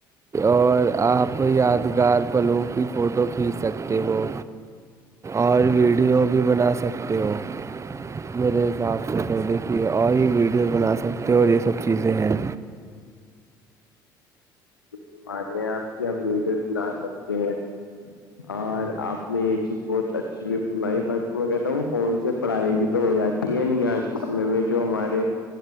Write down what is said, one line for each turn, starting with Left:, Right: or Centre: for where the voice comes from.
Right: اور آپ یادگار پلوں کی فوٹو کھینچ سکتے ہو اور ویڈیو بھی بنا سکتے ہو میرے رپتے تو دیکھیے اور ہی ویڈیوز بنا سکتے ہو اور یہ سب چیزیں ہیں
Left: ہمارے یہاں آپ کی ویڈیوز بنا سکتے ہیں اور آپ نے یہ چیز بہت اچھی بھی بنوائی بٹ میں کہتا ہوں کون سے پڑھائی بھی تو ہو جاتی ہے ن آج کے سمے میں جو ہمارے